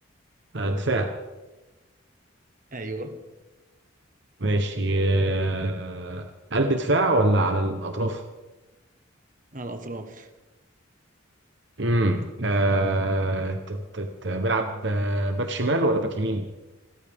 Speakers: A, on the right; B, on the right.
A: آه دفاع
B: ايوه
A: ماشي آه قلب دفاع ولا على الأطراف
B: على الاطراف
A: امم آه تت- تت- بيلعب آه، باك شمال ولا باك يمين